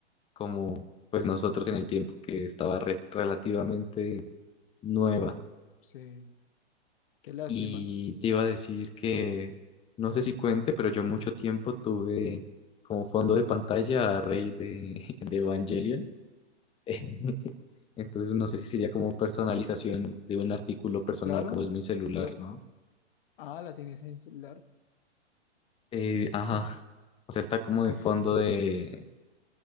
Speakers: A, on the left; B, on the left.
A: como pues nosotros en el tiempo que estaba re- relativamente nueva.
B: sí, qué lástima.
A: Y te iba a decir que, no sé si cuente, pero yo mucho tiempo tuve como fondo de pantalla a Rey de, <laughs> de Evangelion. <laughs> Entonces no sé si sería como personalización de un artículo personal
B: Claro,
A: como es mi celular,
B: pero-
A: ¿no?
B: ah, la tienes en el celular.
A: Eh, ajá. O sea, está como
B: <laughs>
A: en fondo de...